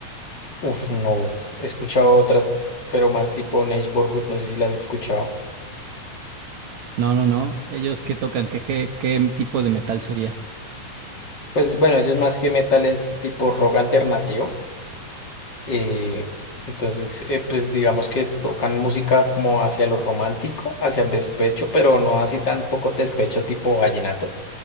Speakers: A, on the left (about 35°); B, on the right (about 65°).
A: Uf, no. He escuchado otras, pero más tipo Neige Borgut, no sé si las he escuchado.
B: No, no, no. ¿Ellos qué tocan? ¿Qué, ge- qué tipo de metal sería?
A: Pues bueno, ellos más que metal es tipo rock alternativo. eh, entonces, eh, pues digamos que tocan música como hacia lo romántico, hacia el despecho, pero no así tan poco despecho tipo vallenato,